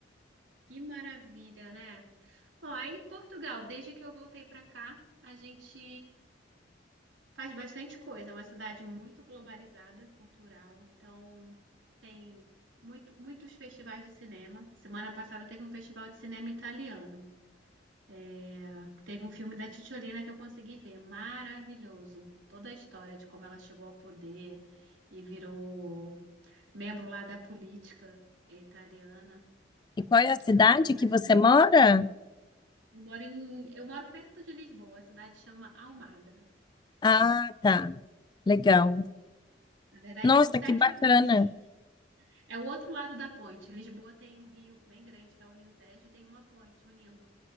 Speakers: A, on the right; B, on the left.
A: Que maravilha, né? Bom, aí em Portugal, desde que eu voltei pra cá, a gente Faz bastante coisa, é uma cidade muito globalizada, cultural. Então, tem muito, muitos festivais de cinema. Semana passada teve um festival de cinema italiano. É, teve um filme da Cicciolina que eu consegui ver. Maravilhoso. Toda a história de como ela chegou ao poder e virou membro lá da política italiana.
B: E qual é a cidade
A: Eu gostei bastante.
B: que você mora?
A: Eu moro em, eu moro perto de Lisboa, a cidade chama Almada.
B: Ah, tá, legal.
A: Na verdade,
B: Nossa,
A: são sete
B: que bacana.
A: minutos. É o outro lado da ponte. Lisboa tem um rio bem grande, que é o Rio Tejo, e tem uma ponte unindo